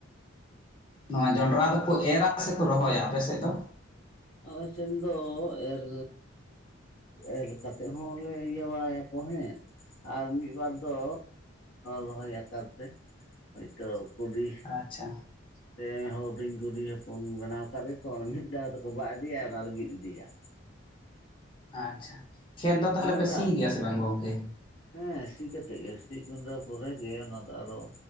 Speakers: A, on the left; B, on the left.
A: ᱱᱚᱣᱟ ᱡᱚᱸᱰᱨᱟ ᱫᱚᱠᱚ ᱮᱨᱟ ᱥᱮ ᱠᱚ ᱨᱚᱦᱚᱭᱟ ᱟᱯᱮ ᱥᱮᱡ ᱫᱚ?
B: ᱟᱞᱮ ᱥᱮᱱ ᱫᱚ ᱮᱨ ᱮᱨ ᱠᱟᱛᱮᱜ ᱦᱚᱸᱞᱮ ᱤᱭᱟᱹ ᱵᱟᱲᱟᱭᱟᱠᱚ ᱦᱮᱸ᱾ ᱟᱨ ᱢᱤᱫᱵᱟᱨ ᱫᱚ ᱨᱚᱦᱚᱭ ᱟᱠᱟᱨ ᱛᱮ ᱦᱳᱭᱛᱚ ᱠᱩᱰᱤ
A: ᱟᱪᱪᱷᱟ
B: ᱛᱮ ᱦᱩᱰᱤᱧ ᱠᱩᱰᱤ ᱦᱚᱯᱚᱱ ᱵᱮᱱᱟᱣ ᱠᱟᱫᱮ ᱛᱚ ᱢᱤᱫ ᱫᱷᱟᱣ ᱠᱚᱵᱟ ᱤᱫᱤᱭᱤᱭᱟ ᱚᱱᱟ ᱫᱚ ᱵᱤᱫ ᱤᱫᱤᱭᱟᱜ᱾
A: ᱟᱪᱪᱷᱟ ᱠᱷᱮᱛ ᱫᱚ ᱛᱟᱦᱚᱞᱮ
B: ᱱᱚᱜᱼᱚ ᱱᱚᱝᱠᱟ
A: ᱯᱮ ᱥᱤ
B: ᱟᱠᱚ
A: ᱜᱮᱭᱟ ᱥᱮ ᱵᱟᱝ ᱜᱚᱢᱠᱮ?
B: ᱦᱮᱸ ᱥᱤ ᱠᱟᱛᱮᱜ ᱜᱮ ᱥᱤ ᱜᱩᱸᱰᱟᱹ ᱯᱚᱨᱮ ᱜᱮ ᱚᱱᱟ ᱫᱚ ᱟᱨᱚ